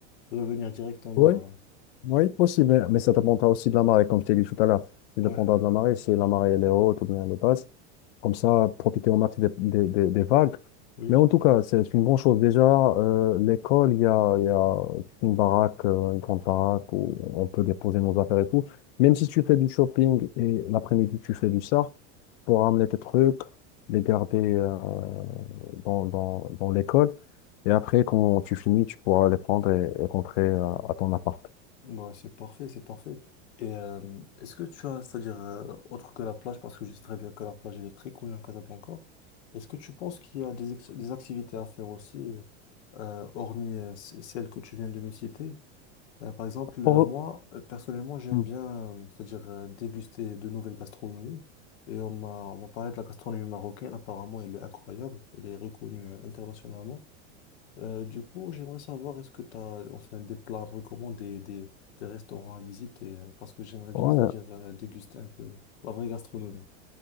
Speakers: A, on the left; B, on the left.
A: revenir directement.
B: Oui, oui, possible. Mais ça dépendra aussi de la marée, comme je t'ai dit tout à l'heure. Ça dépendra
A: euh, Ouais.
B: de la marée. Si la marée elle est haute ou bien elle est basse, comme ça, profiter au max des, des, des- des vagues.
A: Oui.
B: Mais en tout cas, c'est une bonne chose. Déjà, euh, l'école, il y a, il y a une baraque, euh, une grande baraque où on peut déposer nos affaires et tout. Même si tu fais du shopping et l'après-midi, tu fais du surf, pour ramener tes trucs, les garder euh, dans, dans, dans l'école. Et après, quand tu finis, tu pourras les prendre et, et rentrer euh, à ton appart.
A: Ouais, c'est parfait, c'est parfait. Et euh, est-ce que tu as, c'est-à-dire, euh, autre que la plage, parce que je sais très bien que la plage elle est très connue à Casablanca, est-ce que tu penses qu'il y a des, ex- des activités à faire aussi, euh, euh, hormis euh, c- celles que tu viens de me citer? Euh, par exemple,
B: Pour-
A: euh, moi, euh, personnellement, j'aime
B: Mm.
A: bien, euh, c'est-à-dire, euh, déguster de nouvelles gastronomies. Et on m'a on m'a parlé de la gastronomie marocaine, apparemment, elle est incroyable, elle est reconnue euh, internationalement. Euh, du coup, j'aimerais savoir, est-ce que tu as enfin, des plats à me recommander, des, des restaurants à visiter, euh, parce que j'aimerais bien,
B: Ouais.
A: c'est-à-dire euh, déguster un peu la vraie gastronomie.